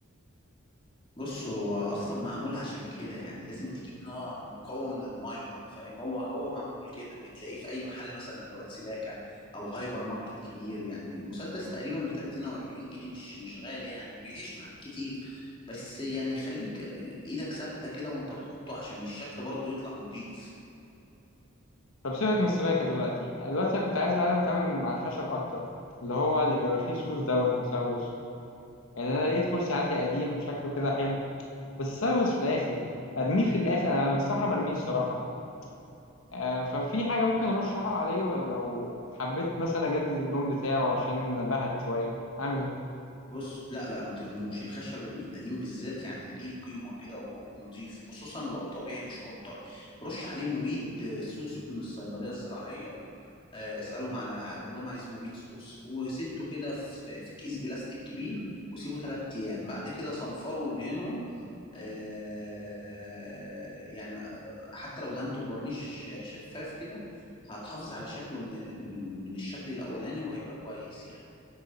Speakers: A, on the left (about 25°); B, on the left (about 80°).
A: بص هو اصلا معمول عشان كده يعني لازم تجيب نوع مقاوم للميه فاهم هو هو معمول كده بتلاقيه في اي محل مثلا ادوات سباكه او هايبر ماركت كبير يعني مسدس تقريبا ب 30 او 40 جنيه مش مش غالي يعني وبيعيش معاك كتير بس يعني خليك ايدك ثابته كده وانت بتحطه عشان الشكل برضه يطلع نضيف
B: طب سيبك من السباكة دلوقتي دلوقتي أنا كنت عايز أتعلم أتعامل مع الخشب أكتر اللي هو اللي بيبقى فيه سوس دوت مسوس يعني أنا لقيت كرسي عندي قديم شكله كده حلو بس سوس في الآخر أرميه في الآخر أنا مستحرم أرميه الصراحة آه ففي حاجة ممكن أرشحها عليه ولا لو حبيت مثلا أجدد اللون بتاعه عشان بهت شوية أعمل إيه؟
A: بص لا لا ما ترموش الخشب القديم بالذات يعني ليه قيمة كده ونضيف خصوصا لو طبيعي مش كونتر رش عليه مبيد آه، سوس من الصيدلية الزراعية آه، اسألهم على قول لهم عايز مبيد سوس وسده كده في في كيس بلاستيك كبير وسيبه تلات أيام بعد كده صنفره وادهنه آه، يعني آه، حتى لو دهنته بورنيش شفاف كده هتحافظ على شكله من من من الشكل الأولاني وهيبقى كويس يعني